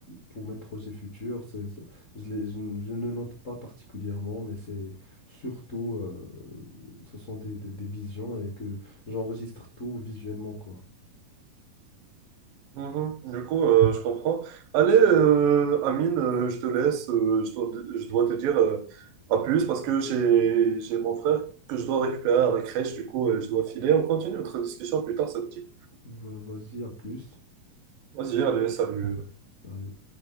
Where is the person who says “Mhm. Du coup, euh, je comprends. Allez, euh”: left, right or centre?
Right